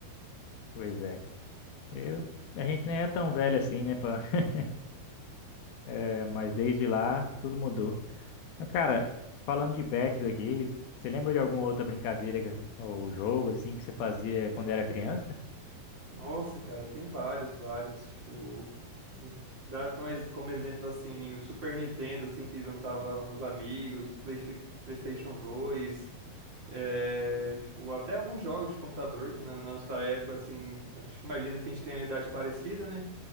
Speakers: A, on the left (about 80°); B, on the right (about 35°).
A: pois é. Eu, a gente nem é tão velho assim, né, pá? <laughs> Eh, mas desde lá tudo mudou. Mas, cara, falando de bets aqui, você lembra de alguma outra brincadeira ou jogo assim que você fazia quando era criança?
B: Nossa, cara, tem vários, vários, tipo, hum, dá como, ex- como exemplo, assim, o Super Nintendo, assim, que juntava uns amigos, Playsta- PlayStation 2, é, tipo, até alguns jogos de computador que na nossa época, assim, acho que imagina que a gente tem a idade parecida, né?